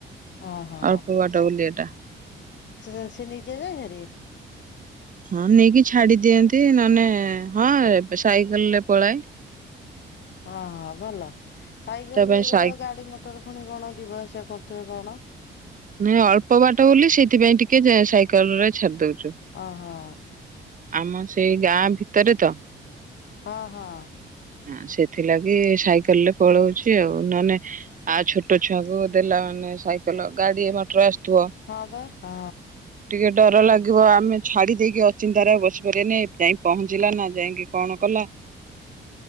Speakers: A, on the left (about 65°); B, on the right (about 40°).
A: ଓହୋ
B: ଅଳ୍ପ ବାଟ ବୋଲି ଏଇଟା।
A: ସେ ସେ ନିଜେ ଯାଇହେରି?
B: ହଁ ନେଇକି ଛାଡି ଦିଅନ୍ତି ନହେଲେ ହଁ ଏବେ ସାଇକେଲ୍ ରେ ପଳାଏ।
A: ହଁ ହଁ ଭଲ। ସାଇକେଲ୍
B: ତା
A: ରେ
B: ପାଇଁ
A: ଯୋଉ
B: ସାଇ
A: ଗାଡି ମଟର ପୁଣି କଣ ଯିବା ଆସିବା କରୁଥିବେ କଣ?
B: ଇଏ ଅଳ୍ପ ବାଟ ବୋଲି ସେଇଥିପାଇଁ ଟିକେ ଯା ସାଇକେଲ୍ ରେ ଛାଡି ଦଉଛୁ।
A: ଓହୋ
B: ଆମ ସେଇ ଗାଁ ଭିତରେ ତ।
A: ହଁ ହଁ
B: ହ ସେଥିଲାଗି ସାଇକେଲରେ ପଳଉଛି ଆଉ ନ ନେ ଆ ଛୋଟ ଛୁଆଙ୍କୁ ଦେଲା ମାନେ ସାଇକଲ ଗାଡି ମଟର ଆସୁଥିବ।
A: ହଁ ବା ହଁ
B: ଟିକେ ଡର ଲାଗିବ ଆମେ ଛାଡି ଦେଇକି ଅଚିନ୍ତାରେ ବସିପାରିବାନି ଯାଇ ପହଞ୍ଚିଲା ନା ଯାଇକି କଣ କଲା